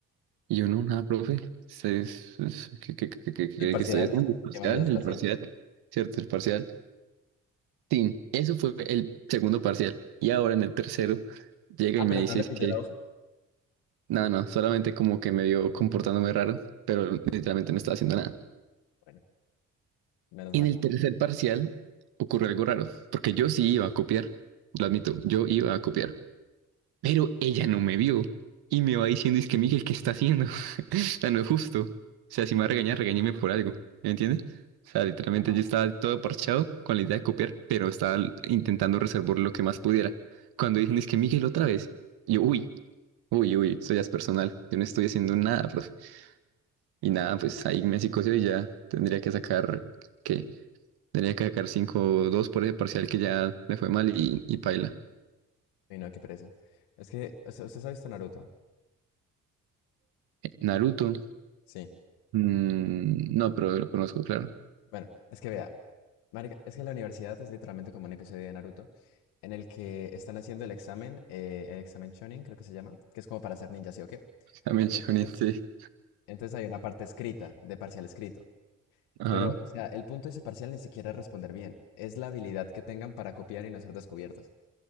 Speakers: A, on the right (about 75°); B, on the left (about 85°).
A: Y yo, no, nada, profe. Es- es- es- ¿Qué, qué, qué, qué, qué-
B: El parcial,
A: qué estoy haciendo? El parcial,
B: ¿qué más voy a estar
A: el
B: haciendo?
A: parcial. ¿Cierto? El parcial. Sí, eso fue el segundo parcial. Y ahora en el tercero llega
B: Ah,
A: y
B: pero
A: me dices
B: no le pillé
A: que,
B: la hoja.
A: no, no, solamente como que me vio comportándome raro, pero literalmente no estaba haciendo nada.
B: Bueno, menos
A: Y
B: mal.
A: en el tercer parcial ocurrió algo raro, porque yo sí iba a copiar, lo admito, yo iba a copiar. Pero ella no me vio y me va diciendo, es que Miguel, ¿qué está haciendo? <laughs> O sea, no es justo. O sea, si me va a regañar, regáñeme por algo. ¿Me entiendes? O sea, literalmente
B: Ajá.
A: yo estaba todo parchado con la idea de copiar, pero estaba l- intentando reservar lo que más pudiera. Cuando dicen, es que Miguel, otra vez. Yo, uy, uy, uy, eso ya es personal. Yo no estoy haciendo nada, profe. Y nada, pues ahí me psicoseo y ya tendría que sacar, ¿qué? Tendría que sacar cinco dos por ese parcial que ya le fue mal y, y paila.
B: Y no, qué pereza. Es que, o sea, ¿usted ha visto Naruto?
A: Eh, Naruto.
B: Sí.
A: Mm, no, pero lo conozco, claro.
B: Bueno, es que vea, marica, es que la universidad es literalmente como un episodio de Naruto en el que están haciendo el examen, eh, el examen Chunin, creo que se llama, que es como para ser ninja, ¿sí o qué?
A: También
B: Y
A: Shonen,
B: entonces,
A: sí.
B: entonces hay una parte escrita, de parcial escrito.
A: Ajá.
B: Pero, o sea, el punto de ese parcial ni siquiera es responder bien, es la habilidad que tengan para copiar y no ser descubiertos.